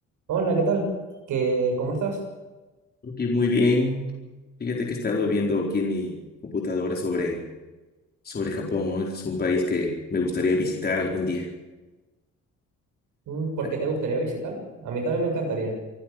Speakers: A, on the right (about 85°); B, on the left (about 30°).
A: Hola, ¿qué tal? ¿Qué, cómo estás?
B: Aquí muy bien. Fíjate que he estado viendo aquí en mi computadora sobre, sobre Japón, ¿no? Es un país que me gustaría visitar algún día.
A: Mm, ¿Por
B: <laughs>
A: qué te gustaría visitarlo? A mí también me encantaría.